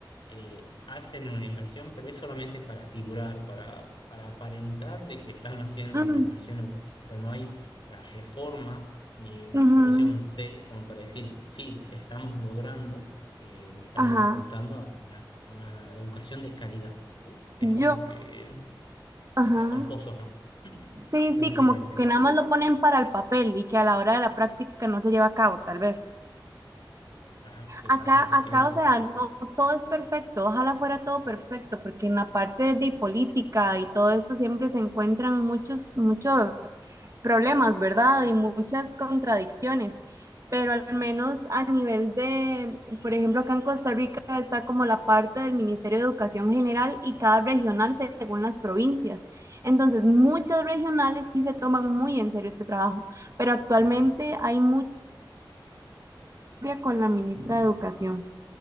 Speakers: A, on the left; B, on the right.
A: eh, hacen una inversión, pero es solamente para figurar, para, para aparentar de que están haciendo
B: ujú,
A: una inversión, una inversión. Pero no hay las reformas ni una
B: ujú,
A: inversión seria como para decir, sí, estamos logrando eh, o estamos
B: Ajá.
A: apuntando a una, a una educación de calidad, ¿sí? Es como
B: Yo,
A: que
B: ajá.
A: te tapan pozos nomás. <laughs>
B: Sí,
A: No
B: sí,
A: sé
B: como
A: si me entiendes.
B: que nada más lo ponen para el papel y que a la hora de la práctica no se lleva a cabo, tal vez.
A: Exacto, exacto,
B: Acá, acá,
A: sí, totalmente.
B: o sea, no todo es perfecto, ojalá fuera todo perfecto, porque en la parte de política y todo esto siempre se encuentran muchos, muchos problemas, ¿verdad? Y muchas contradicciones, pero al menos a nivel de, por ejemplo, acá en Costa Rica está como la parte del Ministerio de Educación General y cada regional según las provincias. Entonces, muchas regionales sí se toman muy en serio este trabajo, pero actualmente hay mucha con la ministra de Educación.